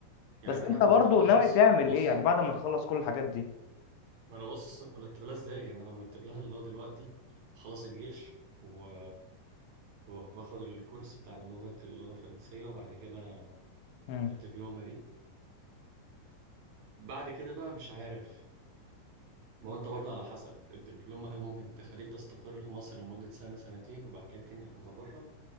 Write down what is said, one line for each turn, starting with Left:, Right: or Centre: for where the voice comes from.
Right: يعني
Left: بس انت
Right: انا مرتب
Left: برضو
Right: لها
Left: ناوي
Right: بص
Left: تعمل
Right: بص
Left: ايه يعني بعد ما نخلص كل الحاجات دي
Right: ما انا بص مرتب لها ازاي يعني انا مرتب لها اللي هو دلوقتي خلص الجيش و... و- واخد الكورس بتاع اللغه اللغه الفرنسيه وبعد كده
Left: مم.
Right: الدبلومه دي بعد كده بقى مش عارف ما هو انت برضه على حسب الدبلومة هل ممكن تخليك تستقر في مصر لمدة سنة سنتين وبعد كده تنقل على بره